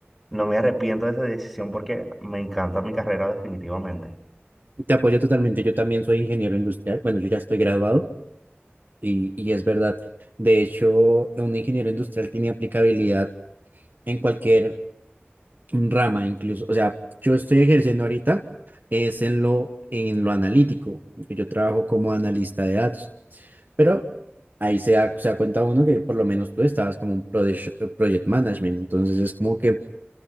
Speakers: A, in the centre; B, on the right (about 45°).
A: no me arrepiento de esa decisión porque me encanta mi carrera definitivamente.
B: te apoyo totalmente. Yo también soy ingeniero industrial. Bueno, yo ya estoy graduado. Y, y es verdad. De hecho, un ingeniero industrial tiene aplicabilidad en cualquier rama, incluso. O sea, yo estoy ejerciendo ahorita es en lo, en lo analítico, que yo trabajo como analista de datos. Pero ahí se da, se da cuenta uno que por lo menos tú estabas como un prode- project management. Entonces es como que